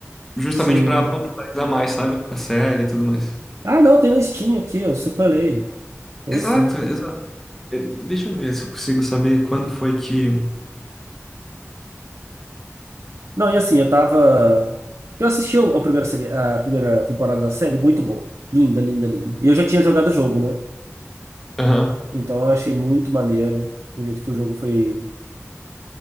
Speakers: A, in the centre; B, on the right.
A: Justamente
B: sim.
A: pra popularizar mais, sabe? Com a série e tudo mais.
B: Ah, não, tem na Steam aqui, eu separei. Tem
A: Exato,
B: sim.
A: exato. Eh, Deixa eu ver se eu consigo saber quando foi que.
B: Não, e assim, eu tava. Eu assisti o- a primeira, série- a primeira temporada da série, muito boa. Linda, linda, linda. E eu já tinha jogado o jogo, né?
A: Aham.
B: Então eu achei muito maneiro o jeito que o jogo foi,